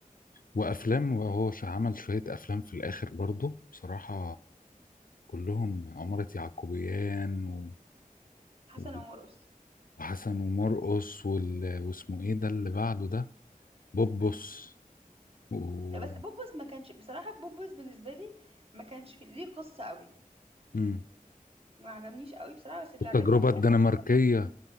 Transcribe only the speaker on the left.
وافلام وهو ش- عمل شويه افلام في الاخر برضه بصراحه كلهم عمارة يعقوبيان و...
و-
وحسن ومرقص وال... واسمه ايه ده اللي بعده ده بوبوس و...
امم
والتجربه
الدنماركيه